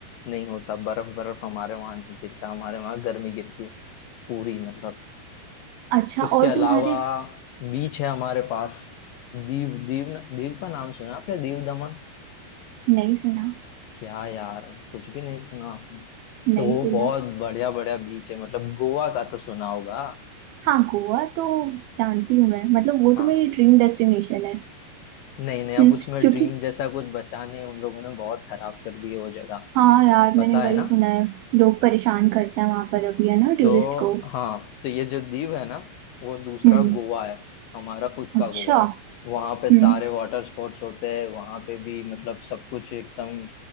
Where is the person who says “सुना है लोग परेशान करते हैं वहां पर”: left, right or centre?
Right